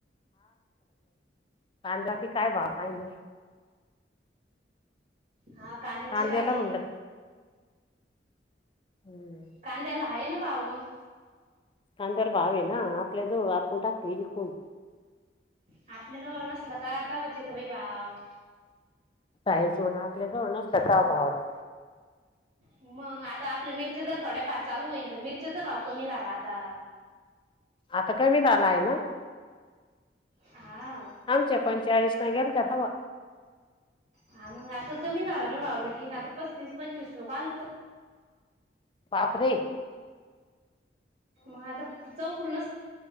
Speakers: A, on the left; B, on the right.
A: पांजाबी काय भताय नाही.
B: हा कांद्याची
A: कांद्याला
B: आहे.
A: म्हणलं हम्म
B: कांद्याला आहे ना भाव मग
A: संदर्भ आहे ना. आपल्या जवळ आपण टाकली विकून.
B: आपण जवळ नसल का आता बच येत बाई भाव.
A: आज आपल्या जवळ नसत काव भाात.
B: मग आता आपल्या मिरचे जर थोड्याफार चालू होईन तर मिरच्याचा भाव कमी झाला आता.
A: आता कमी झाला आहे ना
B: हा
A: आमच्या पं- चाळीस ना गेल त्याता.
B: हा मंग आता कमी झाला ना भावलं की आता पस्तीस पंचवीस लोक आल.
A: बाप रे.
B: मग आता चौकरूनच